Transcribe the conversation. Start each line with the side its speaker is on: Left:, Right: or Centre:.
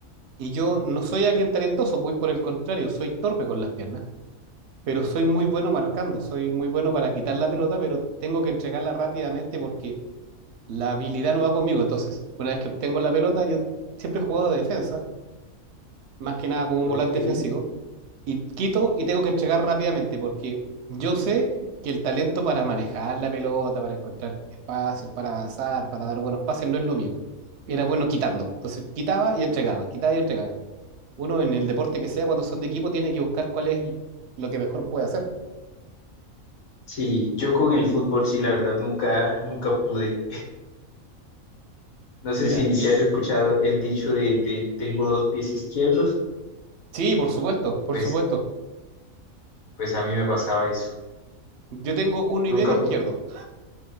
Right: Y yo no soy alguien talentoso, muy por el contrario, soy torpe con las piernas, pero soy muy bueno marcando, soy muy bueno para quitar la pelota, pero tengo que entregarla rápidamente porque la habilidad no va conmigo. Entonces, una vez que obtengo la pelota, yo siempre he jugado de defensa más que nada como un
Left: Ok.
Right: volante defensivo, y quito y tengo que entregar rápidamente, porque yo sé que el talento para manejar la pelota, para encontrar espacios, para avanzar, para dar buenos pases, no es lo mío. Era bueno quitando. Entonces quitaba y entregaba, quitaba y entregaba. Uno en el deporte que sea, cuando son de equipo, tiene que buscar cuál es el- lo que mejor puede hacer.
Left: Sí, yo con el fútbol sí, la verdad nunca, nunca pude. No sé
Right: Mira.
Left: si, si has escuchado el dicho de, de tengo dos pies izquierdos,
Right: Sí, por supuesto, por
Left: pues,
Right: supuesto.
Left: pues a mí me pasaba eso.
Right: Yo tengo uno
Left: Nunca,
Right: y medio izquierdo.
Left: pu-